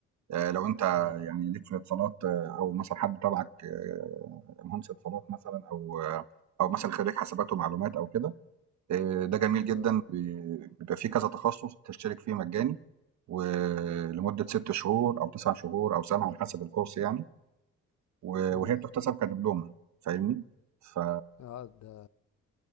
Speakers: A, on the right (about 65°); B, on the left (about 65°).
A: آه، لو انت
B: اه
A: يعني ليك في الاتصالات آه، او مثلا حد تبعك آه، مهندس اتصالات مثلا او آه، او مثلا خريج حسابات ومعلومات او كده آه، ده جميل جدا
B: اه
A: بي- بيبقى فيه كذا تخصص تشترك فيه مجاني ولمده ست شهور او تسع شهور او سنه على حسب الكورس يعني و
B: امم
A: وهي بتحتسب كدبلومة فاهمني؟ ف
B: اه ده